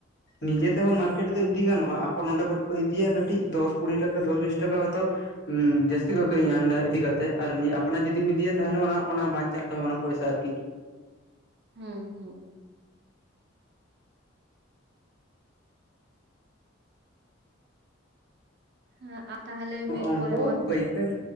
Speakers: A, on the left; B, on the right.
A: ᱱᱤᱡᱮ ᱛᱮᱦᱚᱸ ᱢᱟᱨᱠᱮᱴ ᱫᱚ ᱤᱫᱤ ᱜᱟᱱᱚᱜ-ᱟ, ᱟᱠᱚ ᱱᱚᱸᱰᱮ ᱠᱷᱚᱱᱚᱡ ᱠᱚ ᱤᱫᱤᱭᱟ ᱠᱟᱹᱴᱤᱡ ᱫᱚᱥ ᱠᱩᱲᱤ ᱴᱟᱠᱟ ᱫᱚᱥ ᱵᱤᱥ ᱴᱟᱠᱟ ᱦᱚᱭᱛᱚ ᱦᱩᱸ ᱡᱟ ᱛᱤ ᱟᱹᱠᱤᱨᱤᱧᱟ ᱦᱟᱸᱰᱮ ᱤᱫᱤ ᱠᱟᱛᱮ ᱟᱨ ᱱᱤᱭᱟᱹ ᱟᱯᱱᱟᱨ ᱡᱩᱫᱤᱢ ᱤᱫᱤᱭᱤᱭᱟ ᱛᱟᱦᱚᱞᱮ ᱚᱱᱟ ᱚᱱᱟ ᱵᱟᱸᱧᱪᱟᱜ ᱛᱟᱢᱟ, ᱢᱟᱱᱮ ᱯᱚᱭᱥᱟ ᱟᱨᱠᱤ᱾
B: ᱦᱩᱸ ᱦᱩᱸ᱾ ᱦᱮᱸ ᱟ ᱛᱟᱦᱚᱞᱮ ᱵᱤᱨ
A: ᱩᱱᱠᱩ
B: ᱠᱚᱨᱮ ᱦᱚᱸᱜ
A: ᱯᱟᱹᱭᱠᱟᱹᱨ